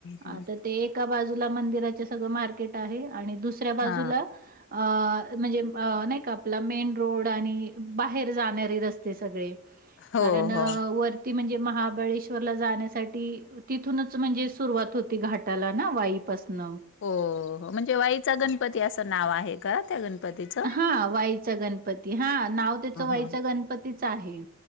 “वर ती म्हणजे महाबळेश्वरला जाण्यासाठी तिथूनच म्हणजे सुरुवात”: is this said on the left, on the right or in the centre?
Right